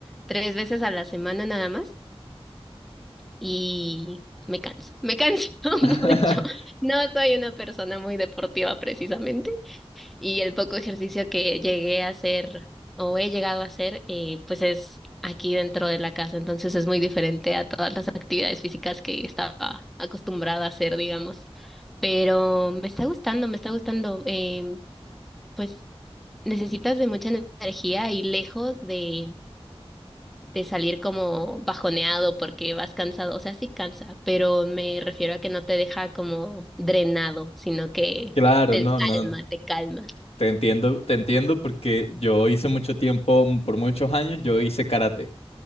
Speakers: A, in the centre; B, on the left (about 70°).
A: tres veces a la semana nada más y me canso, me canso <laughs>
B: <laughs>
A: mucho. No soy una persona muy deportiva precisamente. Y el poco ejercicio que llegué a hacer o he llegado a hacer, eh, pues es aquí dentro de la casa. Entonces es muy diferente a todas las actividades físicas que estaba acostumbrada a hacer, digamos. Pero me está gustando, me está gustando. Em, pues necesitas de mucha energía y lejos de, de salir como bajoneado porque vas cansado. O sea, sí cansa, pero me refiero a que no te deja como drenado, sino que
B: Claro,
A: te
B: no, no,
A: calma, te calma.
B: te entiendo, te entiendo porque yo hice mucho tiempo, m- por muchos años, yo hice karate.